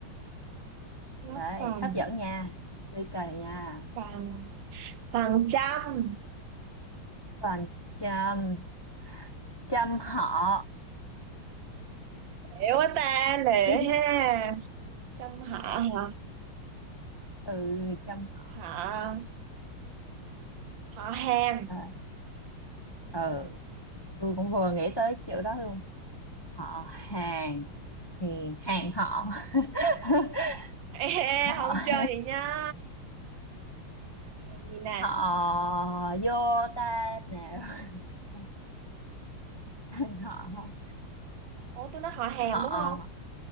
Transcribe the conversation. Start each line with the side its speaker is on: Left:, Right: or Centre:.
Right: góp
Left: Đấy,
Right: phần
Left: hấp dẫn nha ly kỳ nha
Right: phần phần trăm <laughs>
Left: còn chăm chăm họ
Right: hiểu quá ta lệ
Left: <laughs>
Right: ha trăm họ hả
Left: ừ chăm họ
Right: họ họ hàng
Left: à, ừ tôi cũng vừa nghĩ tới chữ đó luôn họ hàng thì hàng họ <laughs>
Right: <laughs> Ê,
Left: họ
Right: không
Left: <laughs>
Right: chơi vậy nha hàng gì nè
Left: họ vô ta nào <laughs> anh họ
Right: ủa tôi nói họ hàng
Left: họ
Right: đúng không